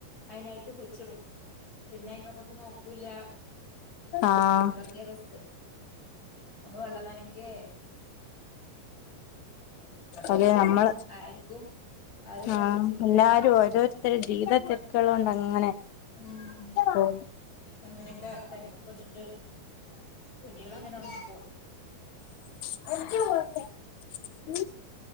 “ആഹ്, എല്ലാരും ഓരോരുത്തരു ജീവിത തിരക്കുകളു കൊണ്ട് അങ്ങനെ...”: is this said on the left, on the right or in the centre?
Left